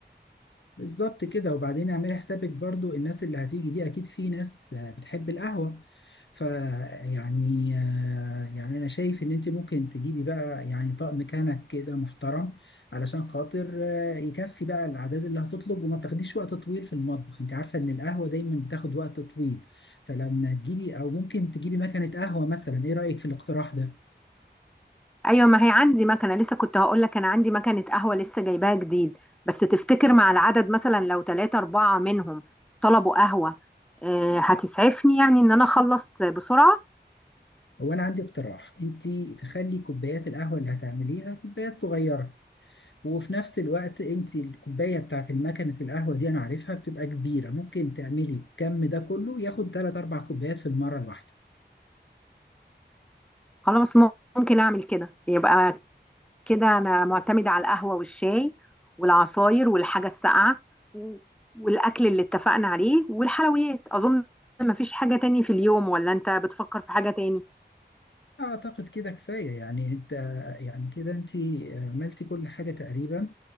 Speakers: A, on the left; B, in the centre.
A: بالظبط كده وبعدين اعملي حسابك برضو الناس اللي هتيجي دي اكيد في ناس آه، بتحب القهوة فيعني آه، يعني انا شايف ان انت ممكن تجيبي بقى يعني طقم كنك كده محترم علشان خاطر آه، يكفي بقى الاعداد اللي هتطلب وما تاخديش وقت طويل في المطبخ انت عارفة ان القهوة دايما بتاخد وقت طويل فلما تجيبي او ممكن تجيبي مكنة قهوة مثلا ايه رأيك في الاقتراح ده؟
B: ايوه ما هي عندي مكنه لسه كنت هقول لك انا عندي مكنه قهوه لسه جايباها جديد بس تفتكر مع العدد مثلا لو ثلاثة أربعة منهم طلبوا قهوة آه، هتسعفني يعني إن أنا أخلص بسرعة
A: هو انا عندي اقتراح انت تخلي كوبايات القهوة اللي هتعمليها كوبايات صغيرة وفي نفس الوقت انت الكوبايه بتاعت المكنه القهوه دي انا عارفها بتبقى كبيره ممكن تعملي الكم ده كله ياخد 3 4 كوبايات في المره الواحده
B: خلاص ممكن أعمل كده يبقى كده أنا معتمدة على القهوة والشاي والعصاير والحاجة الساقعة و- والأكل اللي اتفقنا عليه والحلويات أظن مفيش حاجة تاني في اليوم ولا أنت بتفكر في حاجة تاني
A: اعتقد كده كفايه يعني انت يعني كده انت عملتي كل حاجه تقريبا